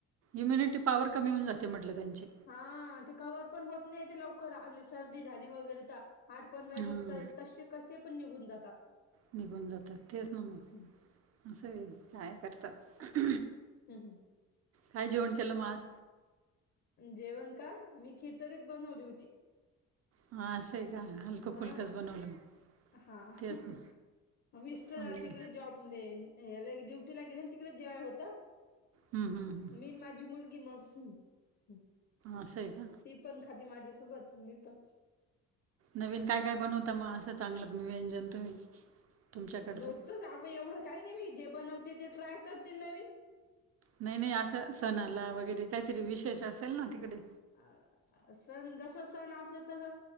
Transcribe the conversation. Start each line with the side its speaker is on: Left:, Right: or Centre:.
Right: इम्युनिटी पॉवर कमी होऊन जाते म्हटलं त्यांची
Left: हा ते कवर पण होत नाही ते लवकर आली सर्दी झाली वगैरे ता आठ पंधरा
Right: हां.
Left: दिवस तर तसे कसे पण निघून जातात.
Right: निघून जातात. तेच ना मग
Left: हम्म,
Right: असं आहे. काय करतात.
Left: हम्म.
Right: काय जेवण केलं मग आज.
Left: जेवण का? मी खी खिचडीच बनवली होती.
Right: हां असं आहे का हलकं
Left: हा,
Right: फुलकंच बनवलं मग
Left: हा हा..
Right: तेच ना
Left: मिस्टर
Right: चांगले
Left: तिकडे जॉब देन याले ड्युटीला गेलं तिकडे जेवाय होतं.
Right: हम्म हम्म हम्म
Left: मी माझी मुलगी मग ह,
Right: असं आहे का
Left: ती पण खाती माझ्यासोबत मी पण.
Right: नवीन काय काय बनवता मग असं चांगलं व्यंजन तुम्ही. तुमच्याकडचं
Left: रोजचच आब एवढं काही नाही बाई जे बनवते ते ट्राय करते नवीन.
Right: नाही नाही असं सणाला वगैरे काहीतरी विशेष असेल ना, तिकडे.
Left: अ सण जसा सण असल तस